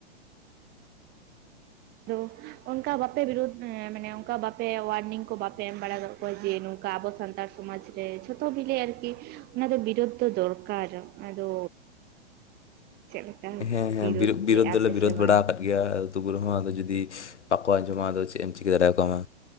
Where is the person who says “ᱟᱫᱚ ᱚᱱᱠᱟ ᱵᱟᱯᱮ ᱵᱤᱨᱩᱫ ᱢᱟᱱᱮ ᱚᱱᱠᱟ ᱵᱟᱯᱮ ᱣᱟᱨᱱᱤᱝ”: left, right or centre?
Right